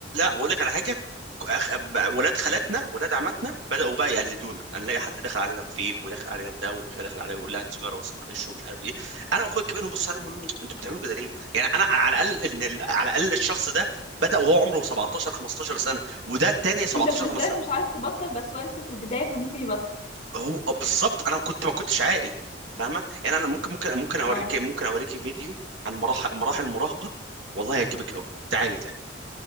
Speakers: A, on the right (about 80°); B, on the left (about 40°).
A: واقول لك على حاجه أخ- ب- ولاد خالاتنا ولاد عماتنا بداوا بقى يقلدونا نلاقي حد داخل علينا بفيب وداخل علينا بده وداخل داخل علينا يقول لها هات سيجاره بس معلش ومش عارف ايه انا واخويا الكبير نبص عليهم ونقول لهم، انتوا بتعملوا كده ليه؟ يعني انا على الاقل ان ال- على الاقل الشخص ده بدا وهو عمره 17 15 سنه وده التاني
B: <laughs>
A: 17
B: انت بالنسبة
A: 15
B: لك مش عارف تبطل بس هو لسه في البداية فممكن يبطل
A: هو بالظبط انا كنت ما كنتش عاقل فاهمه؟ يعني انا ممكن ممكن ممكن اوريكي
B: اه
A: ممكن اوريكي فيديو عن مراحل مراحل المراهقه والله هيعجبك قوي تعالي تعالي